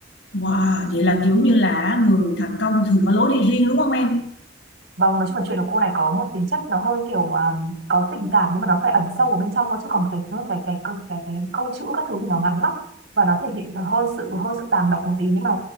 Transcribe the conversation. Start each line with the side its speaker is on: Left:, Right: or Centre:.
Left: wow vậy là kiểu như là người thành công thường có lối đi riêng đúng không em
Right: Vâng, nói chung là chuyện của cô này có một tính chất nó hơi kiểu à, có tình cảm nhưng mà nó phải ẩn sâu ở bên trong thôi chứ còn cái cái cái cái, cái câu chữ các thứ thì nó ngắn lắm và nó thể hiện hơi sự hơi sự tàng động một tí nhưng mà